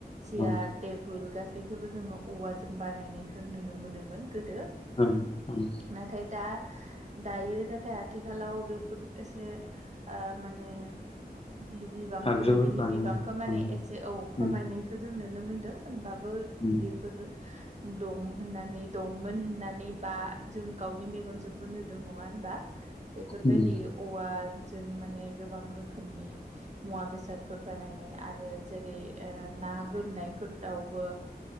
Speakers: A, on the right; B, on the left.
A: सियार
B: औ
A: टेबोल गासैखौबो जोङो औवाजों बानायनायखौ नुनो मोनोमोन गोदो
B: ओं ओं
A: नाथाय दा दायो नाथाय आथिखालाव बेफोर एसे ओ माने बि बिबांखौ
B: आगजुफोर
A: बिनि
B: बानायनाय
A: बिबांखौ माने
B: ओं
A: एसे औ
B: उम
A: खमायनायखौ जों नुनो मोनदों होमबा बो
B: उम
A: बेफोरो दं होननानै दंमोन होननानै बा जों गावनि मेगनजोंबो नुदों नङा होनबा बेफोरबायदि
B: उम
A: औवा जों मानि गोबां रोखनि मुवा बेसादफोर बानायनाय जेरै ओ ना ना गोरनायफोरावबो